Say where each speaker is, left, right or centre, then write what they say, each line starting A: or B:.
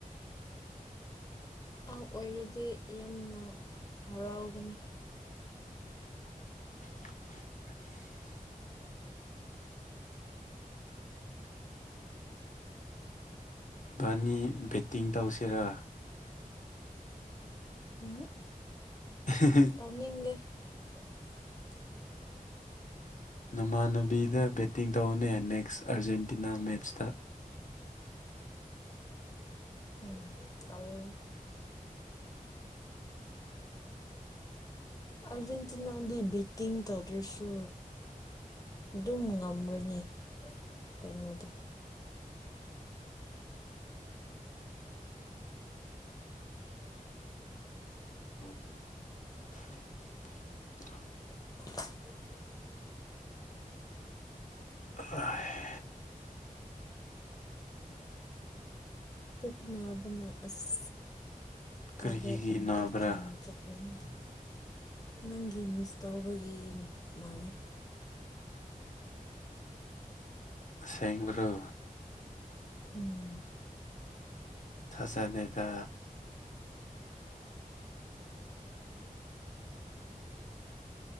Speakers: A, on the left (about 25°); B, on the left (about 60°).
A: ꯑꯥꯎꯠ ꯑꯣꯏꯔꯗꯤ ꯌꯥꯝꯅ ꯍꯔꯥꯎꯒꯅꯤ
B: <unintelligible> ꯏꯕꯥꯅꯤ ꯕꯦꯇꯤꯡ ꯇꯧꯁꯤꯔꯥ
A: ꯎꯝ ꯍꯨꯞ
B: <unintelligible>
A: ꯇꯧꯅꯤꯡꯗꯦ <unintelligible>
B: ꯅꯃꯥꯟꯅꯕꯤꯗ ꯕꯦꯠꯇꯤꯡ ꯇꯧꯅꯦ ꯅꯦꯛꯁ ꯑꯥꯔꯖꯦꯟꯇꯤꯅꯥ ꯃꯦꯠꯁꯇ
A: ꯎꯝ ꯇꯧꯒꯦ ꯑꯔꯖꯦꯟꯇꯤꯅꯥꯗꯤ ꯕꯦꯇꯤꯡ ꯇꯧꯗ꯭ꯔꯁꯨ ꯑꯗꯨꯝ ꯉꯝꯔꯅꯤ ꯀꯩꯅꯣꯗꯣ
B: ꯎ
A: <unintelligible>
B: ꯑ
A: ꯄꯨꯛ ꯅꯥꯕꯅ ꯑꯁ ꯇꯣꯏꯂꯦꯠ
B: ꯀꯔꯤꯒꯤ
A: ꯑꯝꯇ
B: ꯅꯥꯕ꯭ꯔꯥ
A: ꯆꯥꯡ ꯆꯪꯅꯤꯡꯑꯦ ꯅꯪꯒꯤ ꯃꯤꯁ ꯇꯧꯕꯒꯤ ꯃꯥꯜꯂꯦ
B: ꯑꯁꯦꯡꯕꯥꯔꯣ
A: ꯎꯝ
B: ꯊꯖꯗꯦꯗꯥ